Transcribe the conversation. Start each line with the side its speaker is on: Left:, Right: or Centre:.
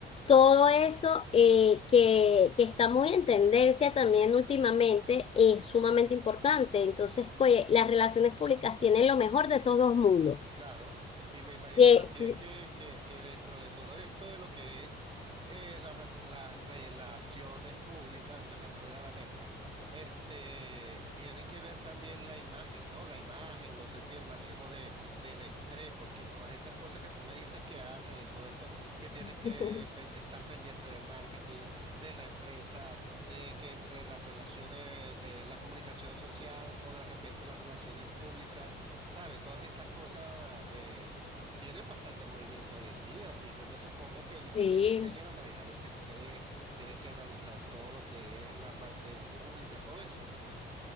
Left: todo eso eh, que, que está muy en tendencia también últimamente es sumamente importante. Entonces, oye, las relaciones públicas tienen lo mejor de esos dos mundos.
Right: Claro, y me imagino
Left: De-
Right: también
Left: sí.
Right: que, que, que dentro de todo esto de lo que es eh, las, raz- las relaciones públicas, se me enreda la lengua, este, tiene que ver también la imagen, ¿no? La imagen, no sé si el manejo de, del estrés, porque todas esas cosas que tú me dices que hacen y todo esto, que tienes
Left: <laughs>
Right: que pen- estar pendiente del marketing, de la empresa, de que entre las relaciones, eh, la comunicación social o de repente las relaciones públicas. Sabe, todas estas cosas eh, tienen bastante movimiento hoy en día y yo me supongo que ellos
Left: Sí.
Right: también le enseñan a manejar ese estrés, tienen que analizar todo lo que es la parte pública, todo eso.